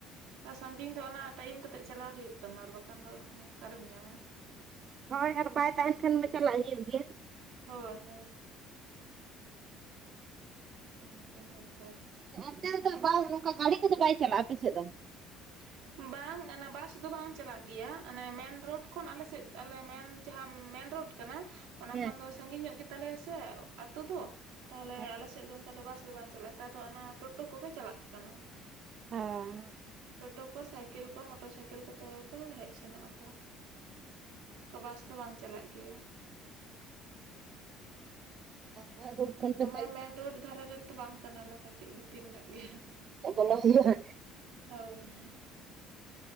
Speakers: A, on the right; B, on the right.
A: ᱟᱨ ᱥᱟᱺᱜᱤᱧ ᱫᱚ ᱚᱱᱟ ᱴᱟᱭᱤᱢ ᱠᱟᱛᱮᱫ ᱪᱟᱞᱟᱣ ᱦᱩᱭᱩᱜ ᱛᱟᱢᱟ ᱟᱨ ᱵᱟᱠᱷᱟᱱ ᱫᱚ ᱦᱚᱸ ᱚᱠᱟᱨᱮᱢ ᱧᱟᱢᱟ᱾
B: ᱦᱳᱭ ᱟᱨ ᱵᱟᱭ ᱛᱟᱦᱮᱱ ᱠᱷᱟᱱ ᱢᱟ ᱪᱟᱞᱟᱜ ᱜᱮ ᱦᱩᱭ ᱮᱱ
A: ᱦᱳᱭ ᱦᱳᱭ᱾ ᱦᱩ ᱚᱱᱠᱟᱱ ᱵᱮᱯᱟᱨ ᱾
B: ᱚᱱᱛᱮ ᱫᱚ ᱵᱟᱭ ᱚᱱᱠᱟ ᱜᱟᱹᱲᱤ ᱠᱚᱫᱚ ᱵᱟᱭ ᱪᱟᱞᱟᱜᱼᱟ ᱟᱯᱮ ᱥᱮᱫ ᱫᱚ?
A: <unintelligible> ᱵᱟᱝ ᱚᱱᱮ ᱵᱟᱥ ᱫᱚ ᱵᱟᱝ ᱪᱟᱞᱟᱜ ᱜᱮᱭᱟ ᱚᱱᱮ ᱢᱮᱱ ᱨᱳᱰ ᱠᱷᱚᱱ ᱟᱞᱮᱥᱮᱫ ᱟᱞᱮ ᱢᱮᱱ ᱡᱟᱦᱟᱸ ᱢᱮᱱ ᱨᱳᱰ ᱠᱟᱱᱟ <inaudible> ᱚᱱᱟ
B: ᱦᱮᱸ
A: ᱠᱷᱚᱱ ᱫᱚ ᱥᱟᱺᱜᱤᱧ ᱧᱚᱜ ᱜᱮ ᱛᱟᱞᱮᱭᱟ ᱥᱮ ᱟᱛᱳ ᱫᱚ ᱛᱟᱦᱚᱞᱮ
B: ᱦᱮᱸ
A: ᱟᱞᱮ ᱥᱮᱜ ᱫᱚ ᱚᱱᱠᱟ ᱫᱚ ᱵᱟᱥ ᱫᱚ ᱵᱟᱝ ᱪᱟᱞᱟᱜᱼᱟ᱾ ᱱᱮᱛᱟᱨ ᱫᱚ ᱚᱱᱟ ᱴᱳᱴᱳ ᱠᱚᱜᱮ ᱪᱟᱞᱟᱜ ᱠᱟᱱᱟ᱾
B: ᱦᱮᱸ
A: ᱴᱳᱴᱳ ᱠᱚ ᱥᱟᱭᱠᱮᱞ ᱠᱚ ᱢᱚᱴᱚᱨ ᱥᱟᱭᱠᱮᱞ ᱠᱚᱛᱮ ᱜᱮ ᱠᱚ ᱦᱮᱡ ᱥᱮᱱᱚᱜ ᱟᱠᱚ ᱠᱚ ᱵᱟᱥ ᱫᱚ ᱵᱟᱝ ᱪᱟᱞᱟᱜ ᱜᱮᱭᱟ᱾
B: ᱦᱳᱭ ᱨᱳᱰ ᱠᱷᱚᱱ
A: ᱫᱚᱢᱮ
B: ᱯᱮ ᱥᱟᱭᱤᱰ
A: ᱢᱮᱱ ᱨᱳᱰ ᱫᱷᱟᱨᱮ ᱨᱮᱱ ᱫᱚ ᱵᱟᱝ ᱠᱟᱱᱟᱞᱮ ᱠᱟᱹᱴᱤᱡ ᱵᱷᱤᱛᱤᱨ ᱧᱚᱜ ᱜᱮ
B: ᱚ ᱵᱚᱞᱚ ᱦᱳᱭᱳᱜᱼᱟ
A: ᱦᱳᱭ ᱦᱟᱸᱜ ᱾